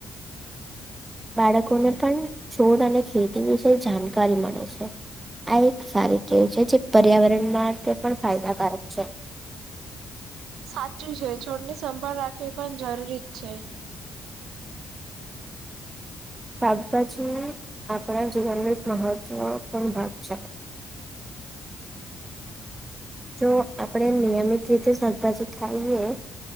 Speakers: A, on the right (about 20°); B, on the right (about 80°).
A: બાળકોને પણ છોડ અને ખેતી વિશે જાણકારી મળે છે. આ એક સારી કેવું છે જે પર્યાવરણ માટે પણ ફાયદાકારક છે.
B: સાચું છે છોડની સંભાળ રાખવી પણ જરૂરી જ છે.
A: શાકભાજી આપણા જીવનનો એક મહત્વપૂર્ણ ભાગ છે. જો આપણેે નિયમિત રીતે શાકભાજી ખાઈએ